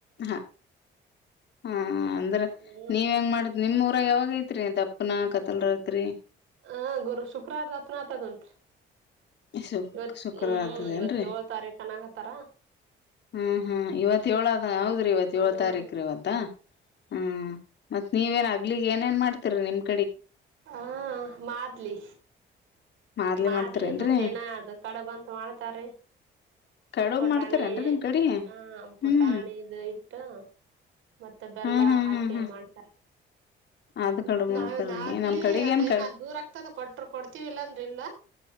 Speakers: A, on the left (about 60°); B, on the right (about 80°).
A: ಹಾ ಹಾ ಅಂದ್ರೆ
B: ಹ್ಮ್
A: ನೀವ ಹೆಂಗ ಮಾಡಿದ ನಿಮ್ಮ್ ಊರಾಗ ಯಾವಾಗೈ ತ್ರಿ ದಪ್ಪನ ಕತ್ತಲ್ರತ್ರಿ
B: ಹ ಗುರು ಶುಕ್ರವಾರ ದ ಅಪ್ನಾಥದಂತ್ರಿ
A: ಶು
B: ಇವತ್
A: ಶುಕ್ರವಾರ
B: ಹ್ಮ್
A: ಆತದೇನ್ರರಿ
B: ಇವತ್ತೋಳ್ ತಾರೀಕು ಕನಾಗತ್ತಾರ
A: ಹ್ಮ್ ಹ್ಮ್ ಇವತ್ ಏಳ ಹೌದ್ರಿ ಇವತ್
B: ಹ್ಮ
A: ಏಳ್ ತಾರೀಖ್ರ ಇವತ್ತಾ ಹ್ಮ್ ಮತ್ತ ನೀವೇಏ ಅಗ್ಲಿ ಏನ್ ಮಾಡ್ತೀರಿ ನಿಮಗೆ
B: ಹಾ ಮಾಡದ್ಲಿ
A: ಮಾದ್ಲಿ
B: ಮಾಡ್ಲಿ
A: ಮಾಡ್ತೀರೇನ್ರರಿ
B: ಮತ್ತ ಏನ ಅದು ಕಡಬಂತ ಮಾಡ್ತಾರ
A: ಕಡುಬ್
B: ಪುಟಾಣಿ
A: ಮಾಡ್ತಾರೇನ್ರಿ ನಿಮ್ ಕಡಿ ಹ್ಮ್
B: ಹ ಪುಟಾಣಿದು ಇಟ್ಟು ಮತ್ತೆ ಬೆಲ್ಲ
A: ಹ್ಮ್ ಹ್ಮ್
B: ಹಾಕಿ
A: ಹ್ಮ್ ಹ್ಮ್
B: ಮಾಡ್ತಾರ
A: ಅದ್ ಕಡುಬ್
B: ನಾವನ್
A: ಮಾಡ್ತಾರೀ
B: ಅ ಆದ್ಲಿ
A: ನಮ್ ಕಡೆಗ್
B: ಅದ ಏನ್
A: ಕಡ್
B: ದೂರ ಆಗ್ತದ ಕೊಟ್ರ ಕೊಡ್ತಿವಿ ಇಲ್ಲಾಂದ್ರ ಇಲ್ಲ